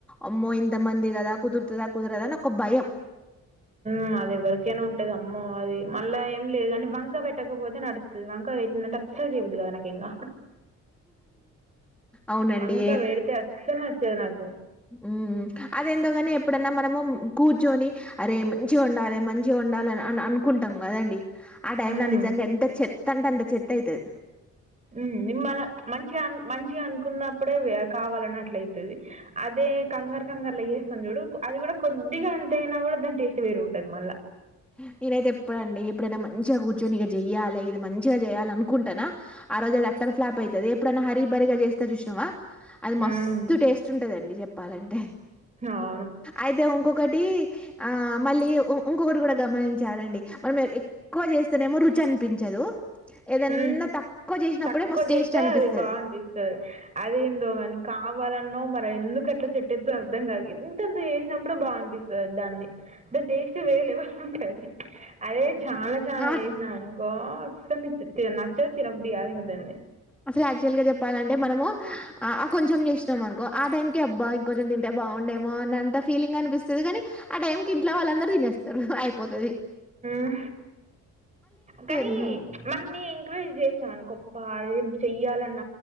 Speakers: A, in the centre; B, on the right.
A: అమ్మో ఇంతమంది కదా కుదురుతుందా కుదరదా అని ఒక భయం
B: మ్ అది ఎవరికైనా ఉంటద అమ్మో అది మళ్ళా ఏం లేదు కానీ వంక పెట్టకపోతే నడుత్తది వంక పెట్ ఇలాంట అసల్ చేయబుద్ధి కాదు నాకు ఇంగా
A: అవునండి
B: వంక పేడితే అసల్ నచ్చదు నాకు
A: మ్మ్ అదేందోగాని ఎప్పుడ అన్నా మనము కూర్చొని అరే మంచిగా వండాలే మంచిగా వండాల అ అనుకుంటాం కద అండి ఆ టైమ్
B: హ్మ్.
A: లో నిజంగా ఎంత చెత్త అంటే అంత చెత్త అయితది
B: ఉమ్ మళ్ళా మంచి అ మంచి అనుకున్న అప్పుడే కావాలని అట్ల అయితది అదే కంగారు కంగార్లో వేస్తాం చూడు అది కూడా కొద్దిగా ఎంత అయినా కూడా దాని టేస్ట్ పేరు ఉంటది మళ్ళా
A: హ నేనైతే ఎప్పుడ్ అండి ఎప్పుడైనా మంచిగా కూర్చొనిక చెయ్యాలి ఇది మంచిగా చేయాలి అనుకుంటానా ఆ రోజే దో అట్ట తర్ ఫ్లాప్ అయితది ఎప్పుడు అన్నా హరిీ బరిగా చేస్తా జూష్ తువ అది
B: హ్మ్.
A: మస్తు టేస్ట్ ఉంటంద అండి చెప్పాల అంటే
B: అవును.
A: అయితే ఇంకొక్ ఒకటి ఆ మళ్ళీ ఇంకొ ఒకటి కూడా గమనించారఅండి మనం ఎక్కువ చేస్తేనేమో రుచి అనిపించదు ఏదన్నా
B: హ
A: తక్కువ చేసినప్పుడే
B: తక్కువ
A: మస్తు టేస్ట్
B: చేస్తే
A: అనిపిస్తది
B: అది బాగా అనిపిస్తది అది ఏందోమని కా ఆ వల మరి ఎందుకు అట్లా చెట్టెత్తు అర్థం కాదు ఇంత ద్ చేసిన అప్పుడు బా అనిపిస్తుంది అండి దాన్ని దిస్ డే పిస్ట్ వేలేవ ఉంటంది అదే చాలా చాలా
A: ఆ
B: చేసినా అనుకో అస్సల్ నీత్ ఇగ నచ్చద్ తినబుద్ధి కాదు ఇంకదగ్
A: అసలు యాక్చువల్ గా చెప్పాల అంటే మనము ఆ కొంచెం చేసినాం అనుకో ఆ టైం కే అబ్బా ఇంకో లడ్డుల్ తింటే బావుండేమో అన్న అంత ఫీలింగ్ అనిపిస్తుది గాని ఆ టైం కి ఇంట్లో వాళ్ళందరు తినేస్తారు అయిపోత అది
B: మ్ కనీ
A: హ్మ్,
B: మనల్ని ఎం క్రేరేజ్ చేష్ అనుకోక్ ప్పాయి ఏమ్ చెయాల అన్న